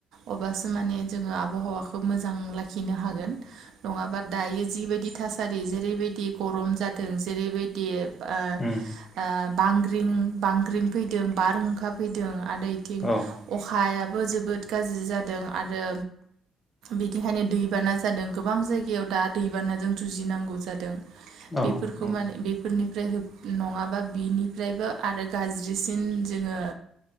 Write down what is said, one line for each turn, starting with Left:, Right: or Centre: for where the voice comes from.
Right: अब्लासो माने जोङो आबहावाखौ मोजां लाखिनो हागोन। नङाबा दायो जिबायदि थासारि जेरैबायदि गरम जादों जेरैबायदि आ
Left: उम
Right: आ बांग्रिं बांग्रिं फैदों। बारहुंखा फैदों, आरो इथिं
Left: औ
Right: अखाया बो जोबोद गाज्रि जादों। आरो बिदिखायनो दैबाना जादों गोबां जायगायाव दा दैबानाजों जुजिनांगौ जादों।
Left: नंगौ
Right: बेफोरखौ माने बेफोरनि फ्राय होब नङाबा बिनिफ्रायबो आरो गाज्रिसिन जोङो।